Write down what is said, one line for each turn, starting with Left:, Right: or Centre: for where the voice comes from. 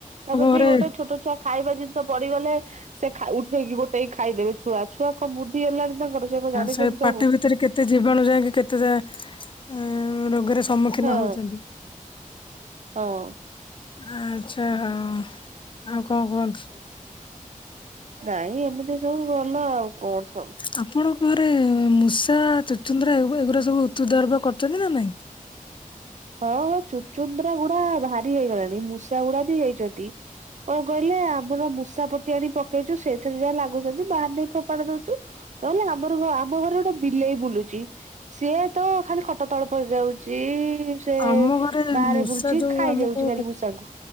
Right: ତାପରେ ବି
Left: ଘରେ
Right: ଗୋଟେ ଛୋଟ ଚା ଖାଇବା ଜିନିଷ ପଡିଗଲେ ସେ ଖା ଉଠେଇକି ଗୋଟେଇକି ଖାଇଦେବେ ଛୁଆ। ଛୁଆ କଣ ବୁଦ୍ଧି ହେଲାଣି ତାଙ୍କର ସେ କଣ ଜାଣିଛନ୍ତି
Left: ସେଇ
Right: ସବୁ
Left: ପାଟି ଭିତରେ କେତେ ଜୀବାଣୁ ଯାଇକି କେତେ ଅ ରୋଗର ସମ୍ମୁଖୀନ
Right: ହଁ
Left: ହଉଛନ୍ତି।
Right: ହଁ।
Left: ଆଚ୍ଛା ହଉ। ଆଉ କଣ କୁହନ୍ତୁ?
Right: ନାଇଁ ଏମିତି ସବୁ ଭଲ ଆଉ କଣ ସବୁ।
Left: ଆପଣଙ୍କ ଘରେ ମୂଷା ଚୁଚୁନ୍ଦ୍ରା ଏଉ ଏଗୁଡା ସବୁ ଉତୁ ଦ୍ରବ କରଛନ୍ତି ନା ନାଇଁ।
Right: ହଁ ହଁ ଚୁଚୁନ୍ଦ୍ରା ଗୁଡା ଭାରି ହେଇଗଲାଣି, ମୂଷା ଗୁଡା ବି ହେଇଚନ୍ତି। କଣ କହିଲେ ଆମର ମୂଷା ପଟି ଆଣି ପକେଇଚୁ, ସେଥିରେ ଯାହା ଲାଗୁଛନ୍ତି ବାହାରେ ନେଇ ଫୋପାଡ଼ି ଦଉଚୁ। ନହେଲେ ଆମର ଆମ ଘରେ ଗୋଟେ ବିଲେଇ ବୁଲୁଛି, ସିଏ ତ ଖାଲି ଖଟ ତଳେ ପଶି ଯାଉଚି। ସେ
Left: ଆମ ଘରେ
Right: ବାହାରେ
Left: ମୂଷା
Right: ବୁଲୁଛି,
Left: ଯୋଉ
Right: ଖାଇ
Left: ଆମକୁ
Right: ଯାଉଛି ଖାଲି ମୂଷାଙ୍କୁ।